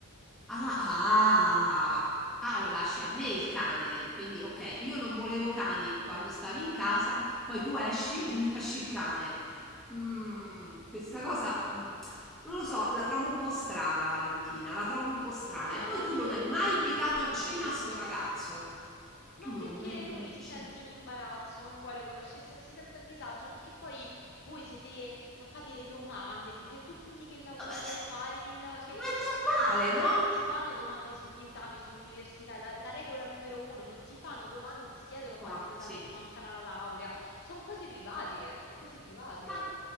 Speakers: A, in the centre; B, on the left.
A: Ah, ah, ah, lo lasci a me il cane. Quindi, ok, io non volevo cani quando stavi in casa, poi tu esci e mi lasci il cane. Mm, questa cosa, mm, non lo so, la trovo un po' strana, Valentina, la trovo un po' strana.
B: Beh,
A: E
B: ma
A: poi
B: non
A: tu
B: dico
A: non hai
B: tutti
A: mai
B: i
A: invitato
B: giorni.
A: a cena sto ragazzo.
B: Ma
A: Tu
B: perché
A: non l'hai mai invitato
B: lui
A: a
B: si
A: cena?
B: sente in imbarazzo, non vuole conoscere, si sente a disagio perché poi voi siete, fa- fate le domande, dite tu quindi che lavoro
A: Vabbè,
B: vuoi fare, che, la- che
A: ma
B: studi,
A: è normale, no?
B: ma non si fanno domande sugli esami, sull'università, è la, la regola numero uno, non si fanno domande, non si chiedono quanti
A: Ah,
B: esami
A: sì.
B: ti mancano alla laurea, sono cose private, sono cose private.
A: Ma,